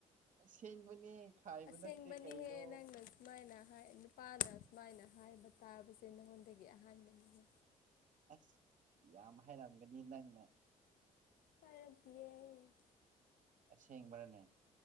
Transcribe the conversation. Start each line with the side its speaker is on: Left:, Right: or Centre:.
Right: ꯑꯁꯦꯡꯕꯅꯦ ꯈꯥꯏꯕ
Left: ꯑꯁꯦꯡꯕꯅꯤꯍꯦ
Right: ꯅꯠꯇꯦ ꯀꯩꯅꯣ
Left: ꯅꯪꯅ ꯁꯨꯃꯥꯏꯅ ꯍꯥꯏ ꯅꯨꯄꯥꯅ ꯁꯨꯃꯥꯏꯅ ꯍꯥꯏꯕ ꯇꯥꯕꯁꯦ ꯅꯪꯉꯣꯟꯗꯒꯤ ꯑꯍꯥꯟꯕꯅꯤꯍ
Right: ꯑꯁ ꯌꯥꯝ ꯍꯥꯏꯔꯝꯒꯅꯤ ꯅꯪꯅ
Left: ꯐꯔꯛꯇꯗꯤꯦ
Right: ꯑꯁꯦꯪꯕꯥꯔꯥꯅꯦ